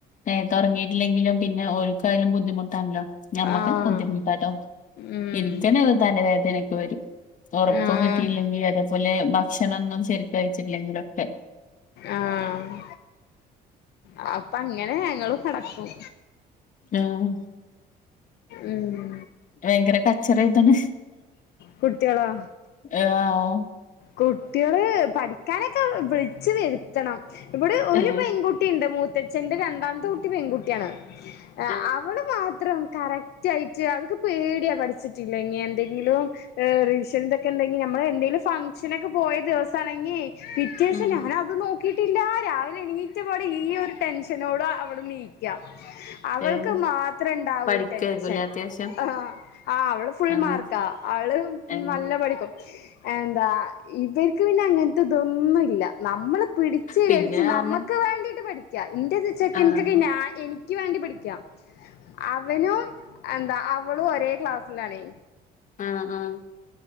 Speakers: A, on the left (about 50°); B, on the left (about 75°).
A: നേരത്തെ ഒറങ്ങിയിട്ടില്ലെങ്കിലും പിന്നെ ഓൽക്കായാലും ബുദ്ധിമുട്ടാണല്ലോ? ഞമ്മക്കന്നേ
B: ആഹ്
A: ബുദ്ധിമുട്ടാട്ടോ
B: ഉം
A: എനിക്കെന്നെ തലവേദന ഒക്കെ വരും ഉറക്കം
B: ആഹ്
A: കിട്ടയില്ലെങ്കിൽ അതേപോലെ ഭക്ഷണം ഒന്നും ശരിക്ക് കഴിച്ചില്ലെങ്കിൽ ഒക്കെ
B: ആഹ് അ അപ്പ അങ്ങനെ ഞങ്ങളും കിടക്കും
A: ആഹ്
B: ഉം
A: ഭയങ്കര കച്ചറാ ആയ്താണ്
B: കുട്ടികളോ
A: <unintelligible>
B: കുട്ടികള് പഠിക്കാനൊക്കെ വിളിച്ചു വരുത്തണം ഇവിടെ ഒരു
A: ഏഹ്
B: പെൺകു കുട്ടി ഉണ്ട് മൂത്തച്ഛന്റെ രണ്ടാമത്തെ കുട്ടി പെൺകുട്ടിയാണ്
A: ആഹ്
B: അവള് മാത്രം കറക്റ്റ് ആയിട്ട് അവൾക്ക് പേടിയാ പഠിച്ചിട്ടില്ലക്കിൽ എന്തെങ്കിലും റിവിഷ്യൻന്തൊക്കെ ഉണ്ടെങ്കിൽ നമ്മള് എന്തെങ്കലും ഫങ് ക്ഷനൊക്കെ പോയ ദിവസംആണങ്കിൽ പിറ്റേ ദിവസം
A: ഉം
B: ഞാനത് നോ യിട്ടില്ല രാവിലെ എണീറ്റ പാടെ ഈ ഒരു ടെൻഷനോട് അവൾ നീക്കാ അവൾക്ക്
A: ഏഹ്
B: മാത്രം ഉണ്ടാവും
A: പഠിക്കായിരിക്കുംല്ലേ
B: ഒരു ടെൻഷൻ
A: അത്യാവശ്യം
B: ആഹ് ആഹ് അവള് ഫുൾ
A: ആഹ്
B: മാർക്കാ അവള്
A: ഏഹ്
B: നല്ല പഠിക്കും എന്താ ഇവർക്ക് പിന്നെ അങ്ങനത്തെ ഇതൊന്നുമില്ല നമ്മൾ പിടിച്ച്
A: പിന്നെ
B: വലിച്ച്
A: പറഞ്ഞ്
B: നമുക്ക് വേണ്ടിട്ട് പഠി ക്കാ ഇന്റെചെക്കന്ക്ക്
A: ആഹ്
B: ഒക്കെ ഞാൻ എനിക്ക് വേണ്ടി പടിക്കാ അവനും എന്താ അവളും ഒരേ ക്ലാസ്സിലാണ്
A: ആഹ് ആഹ്